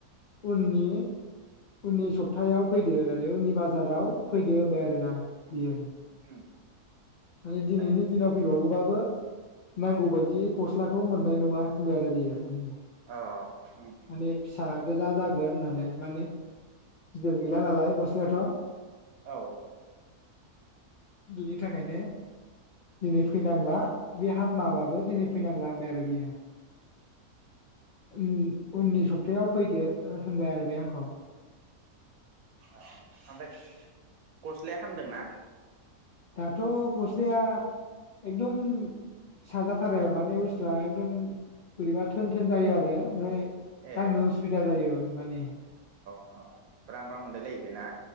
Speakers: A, on the left; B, on the right.
A: उननि उननि सप्तायाव फैदो होननानै उननि बाजाराव फैदो होनबाय आरो ना
B: उम
A: बेयो।
B: उम
A: माने
B: ओमफ्राय
A: दिनैनि दिनाव फै <unintelligible> नांगौ बायदि गस्लाखौ मोननाय नंङा होनबाय आरो बेयो माने
B: अ उम उम
A: माने फिसा गोजा जागोन होननानै माने गिदिर गैला नालाय गस्लायाथ'
B: औ
A: बिनि थाखायनो दिनै फैनांला बे हामाबाबो दिनै फैनांला होनबाय आरो बियो उम उननि सपतायाव फैदो ओ होनबाय आरो बे आंखौ
B: ओ ओमफाय गस्लाया हामदोंना?
A: दाथ गस्लाया एकदम फिसाजाथारो माने बुस्थुआ एकदम बोरैबा थोन थोन जायो आरो ओमफ्राय
B: ए
A: गाननो उसुबिदा जायो माने
B: अ अ ब्रां ब्रां मोनलायलायो बे ना?